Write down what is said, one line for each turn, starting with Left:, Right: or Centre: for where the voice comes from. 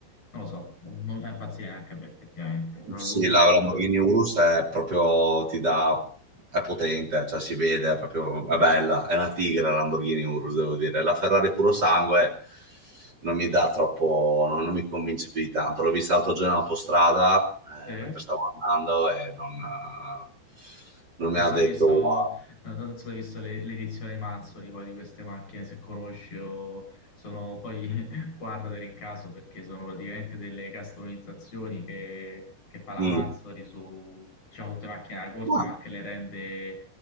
Left: non lo so, non, non mi fa impazzire neanche a me effettivamente, però
Right: Sì,
Left: l'Urus,
Right: la Lamborghini
Left: eh,
Right: Urus è proprio, ti dà, è potente, cioè si vede, è proprio, è bella, è una tigre la Lamborghini Urus, devo dire. La Ferrari puro sangue non mi dà troppo, non, non mi convince più di tanto. L'ho vista l'altro giorno in autostrada,
Left: sì.
Right: eh, mentre stavo andando e non, eh, non
Left: Non
Right: mi ha
Left: so
Right: detto
Left: se hai visto,
Right: wow.
Left: eh, non so se hai visto le- l'edizione di Manzoli poi di queste macchine, se conosci o sono poi <laughs> guardatele in caso perché sono praticamente delle customizzazioni che, che fa la
Right: Mm.
Left: Manzoli su diciamo, tutte le macchine da corsa
Right: Ma-
Left: ma che le rende